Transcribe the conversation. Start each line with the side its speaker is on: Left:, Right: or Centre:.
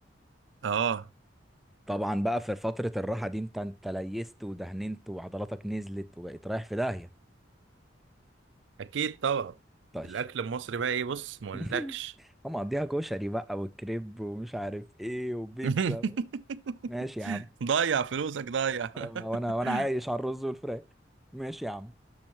Right: اه
Centre: طبعا بقى في فتره الراحه دي انت انت ليست ودهننت وعضلاتك نزلت وبقيت رايح في داهيه
Right: اكيد طبعا
Centre: طيب
Right: الاكل المصري بقى ايه بص ما اقولكش
Centre: <laughs> هم مقضيها كشري بقى والكريب ومش عارف ايه وبيتزا
Right: <laughs>
Centre: ماشي يا عم
Right: ضيع فلوسك ضيع <laughs>
Centre: آه، وانا وانا عايش على الرز والفراخ ماشي يا عم